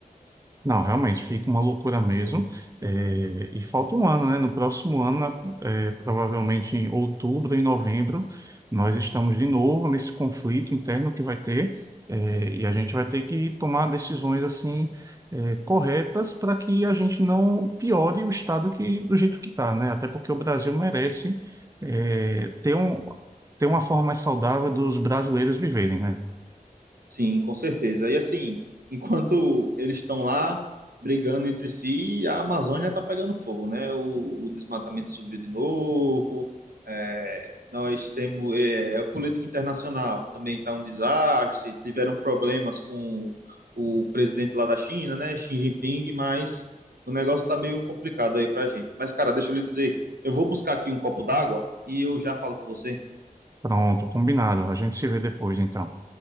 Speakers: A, on the right (about 20°); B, on the right (about 90°).
A: Não, realmente fica uma loucura mesmo. É, e falta um ano, né? No próximo ano, na- é, provavelmente em outubro e novembro, nós estamos de novo nesse conflito interno que vai ter, é, e a gente vai ter que tomar decisões assim, é, corretas para que a gente não piore o estado que, do jeito que está, né? Até porque o Brasil merece, é, ter um, ter uma forma mais saudável dos brasileiros viverem, né?
B: Sim, com certeza. E assim, enquanto eles estão lá brigando entre si, a Amazônia está pegando fogo, né? O, o desmatamento subiu de novo. é, nós temos é, a política internacional também está um desastre. Tiveram problemas com o presidente lá da China, né? Xi Jinping, mas o negócio está meio complicado aí para gente. Mas, cara, deixa eu lhe dizer, eu vou buscar aqui um copo d'água e eu já falo com você.
A: Pronto, combinado. A gente se vê depois, então.